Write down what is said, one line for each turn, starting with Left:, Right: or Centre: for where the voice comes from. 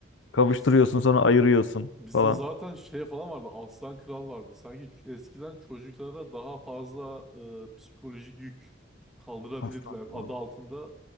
Left: kavuşturuyorsun
Centre: biz
Left: sonra ayırıyorsun
Centre: Bizde
Left: falan.
Centre: zaten şey falan vardı. Aslan Kral vardı. Sanki ç- eskiden çocuklara daha fazla e, psikolojik yük kaldırabilirler
Left: Aslan Kralı.
Centre: Adı altında